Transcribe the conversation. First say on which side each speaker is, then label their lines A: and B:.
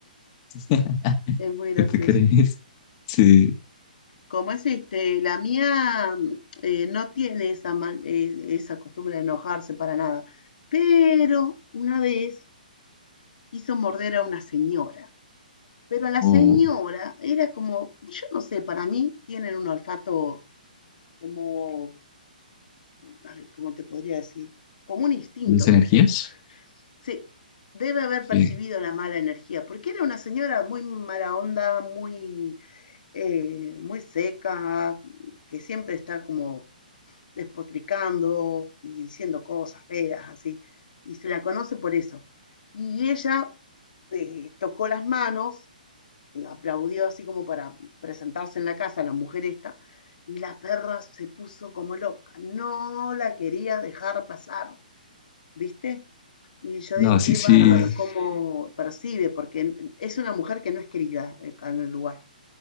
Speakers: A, on the left (about 35°); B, on the left (about 65°).
A: <laughs>
B: Es muy
A: ¿Qué
B: gracioso.
A: te crees? Sí.
B: Como es este, la mía mm, eh, no tiene esa, mal- eh, esa costumbre de enojarse para nada, pero una vez hizo morder a una señora. Pero la
A: O
B: señora era como, yo no sé, para mí tienen un olfato como, ay, ¿cómo te podría decir? Como un instinto,
A: las energías.
B: ¿viste? sí debe haber
A: Sí.
B: percibido la mala energía, porque era una señora muy mala onda, muy, eh, muy seca, que siempre está como despotricando y diciendo cosas feas, así. Y se la conoce por eso. Y ella eh, tocó las manos eh, aplaudió así como para presentarse en la casa la mujer esta, y la perra se puso como loca, no la quería dejar pasar, ¿viste? Y yo
A: No,
B: digo,
A: sí,
B: qué
A: sí.
B: bárbaro, cómo percibe, porque es una mujer que no es querida eh, acá en el lugar.